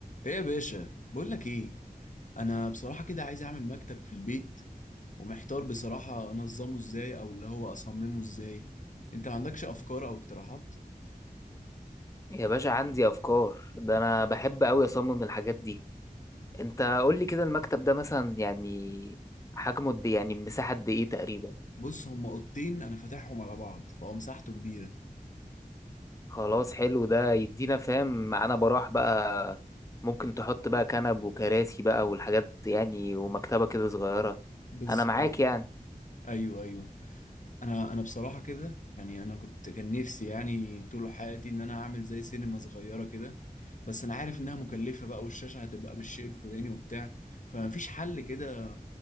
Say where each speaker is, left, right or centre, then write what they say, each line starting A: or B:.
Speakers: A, on the left; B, on the left.
A: ايه يا باشا بقول لك ايه انا بصراحه كده عايز اعمل مكتب في البيت ومحتار بصراحه انظمه ازاي او اللي هو اصممه ازاي انت ما عندكش افكار او اقتراحات
B: يا باشا عندي افكار ده انا بحب قوي اصمم الحاجات دي انت قول لي كده المكتب ده مثلا يعني حجمه قد إيه؟ يعني المساحه قد ايه تقريبا
A: بص هما اوضتين انا فاتحهم على بعض فهو مساحته كبيره
B: خلاص حلو ده يدينا فاهم معانا براح بقى ممكن تحط بقى كنب وكراسي بقى والحاجات يعني ومكتبه كده صغيره
A: بالظبط
B: انا معاك يعني
A: ايوه ايوه انا انا بصراحه كده يعني انا كنت كان نفسي يعني طول حياتي ان انا اعمل زي سينما صغيره كده بس انا عارف انها مكلفه بقى والشاشه هتبقى بالشيء الفلاني وبتاع فمفيش حل كده